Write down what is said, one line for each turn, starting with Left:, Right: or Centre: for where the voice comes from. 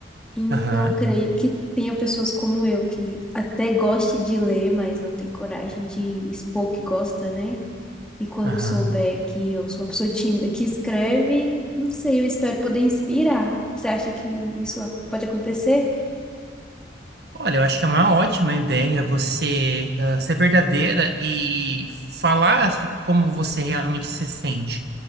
Centre: Então,
Right: Aham,
Centre: creio que tenha pessoas como eu que até goste de ler, mas não tem coragem de expor que gosta, né? E quando
Right: aham.
Centre: souber que eu sou uma pessoa tímida que escreve, não sei, eu espero poder inspirar. Você acha que isso ac- pode acontecer?
Right: Olha, eu acho que é uma ótima ideia você ah, ser verdadeira e falar como você realmente se sente,